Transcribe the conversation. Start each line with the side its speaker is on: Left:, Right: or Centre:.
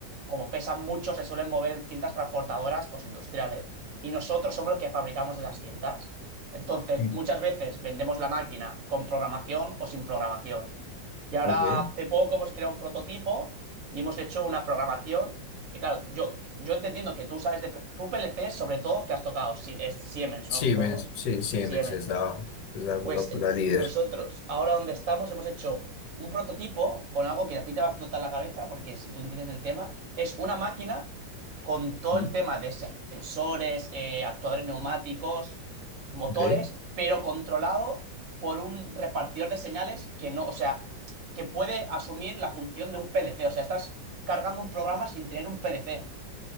Right: como pesan mucho, se suelen mover en cintas transportadoras pues, industriales. Y nosotros somos los que fabricamos esas cintas. Entonces,
Left: Mm,
Right: muchas veces vendemos la máquina con programación o sin programación. Y ahora
Left: Ok.
Right: hace poco hemos creado un prototipo y hemos hecho una programación que, claro, yo, yo entendiendo que tú sabes de... tu P- Tú PLC, sobre todo, que has tocado, Si- es Siemens,
Left: Siemens,
Right: ¿no? Supongo.
Left: sí, Siemens
Right: Siemens.
Left: es la, es la, la-
Right: Pues eh,
Left: la líder.
Right: nosotros, ahora donde estamos, hemos hecho un prototipo con algo que a ti te va a explotar la cabeza, porque si tú entiendes el tema, es una máquina con todo
Left: Mm,
Right: el tema de sensores, eh, actuadores neumáticos, motores,
Left: Ok.
Right: pero controlado por un repartidor de señales que no, o sea, que puede asumir la función de un PLC. O sea, estás cargando un programa sin tener un PLC.